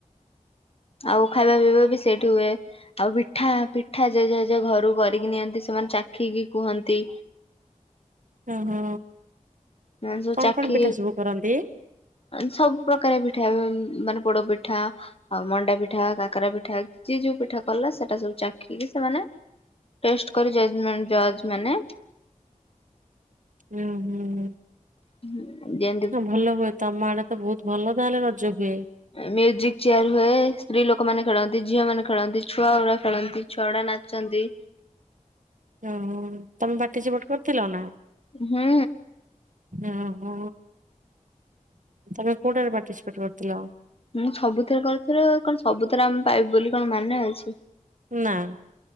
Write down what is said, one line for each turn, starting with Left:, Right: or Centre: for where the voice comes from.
Left: ଆଉ ଖାଇବା ପିଇବା ବି ସେଇଠି ହୁଏ। ଆଉ ପିଠା ପିଠା ଯେଝା ଯେଝା ଘରୁ କରିକି ନିଅନ୍ତି ସେମାନେ ଚାଖିକି କୁହନ୍ତି।
Right: ଓହୋ।
Left: ମାନେ ସବୁ
Right: କଣ
Left: ଚାଖି
Right: କଣ ପିଠା ସବୁ କରନ୍ତି?
Left: ସବୁ ପ୍ରକାର ପିଠା ମାନେ ପୋଡ ପିଠା, ଆଉ ମଣ୍ଡା ପିଠା, କାକରା ପିଠା, ଯିଏ ଯୋଉ ପିଠା କଲା ସେଟା ସବୁ ଚାଖିକି ସେମାନେ ଟେଷ୍ଟ କରି ଜର୍ଜମେଣ୍ଟ ଜର୍ଜମାନେ
Right: ହୁଁ ହୁଁ।
Left: ହଁ ଯେ
Right: ହଁ ଭଲ ହୁଏ ତମ ଆଡେ ତ ବହୁତ ଭଲ ତାହେଲେ ରଜ ହୁଏ।
Left: ମ୍ୟୁଜିକ ଚେୟାର ହୁଏ। ସ୍ତ୍ରୀ ଲୋକମାନେ ଖେଳନ୍ତି, ଝିଅମାନେ ଖେଳନ୍ତି, ଛୁଆଗୁଡା ଖେଳନ୍ତି ଛୁଆଗୁଡା ନାଚନ୍ତି।
Right: ଓହୋ। ତମେ ପାଟିସିପେଟ କରିଥିଲ ନା?
Left: ହୁଁ
Right: ଓହୋ ତମେ କୋଉଟାରେ ପାର୍ଟିସିପେଟ କରିଥିଲ?
Left: ମୁଁ ସବୁଥରେ କରିଥିଲି। କଣ ସବୁଥିରେ ଆମେ ପାଇବୁ ବୋଲି କଣ ମାନେ ଅଛି।
Right: ନା।